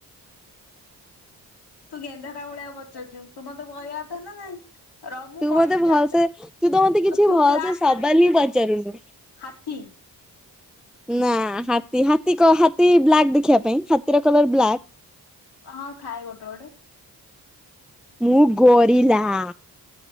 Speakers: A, on the left; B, in the centre.
A: ତୁ ଗେନ୍ଧାଟା ଭଳିଆ ପଚାରୁଛୁ ତୁ ମତେ କହିଆ କଥା ନା ନାଇଁ। ର ମୁଁ
B: ତୁ
A: କହିବି
B: ମତେ ଭଲସେ
A: ଆପେ
B: ତୁ ତ ମତେ କିଛି
A: ତୁ
B: ଭଲସେ
A: ବ୍ଲାକ୍
B: ସବାଲ
A: ପା ଦେଖିବା
B: ହିଁ ପଚାରୁନୁ।
A: ପାଇଁ। ହାତୀ।
B: ନା ହାତୀ ହାତୀ କହ ହାତୀ ବ୍ଲାକ୍ ଦେଖିବା ପାଇଁ ହାତୀର କଲର ବ୍ଲାକ୍।
A: ହଁ ଥାଏ ଗୋଟେ ଗୋଟେ।
B: ମୁଁ ଗରିଲା ଆ।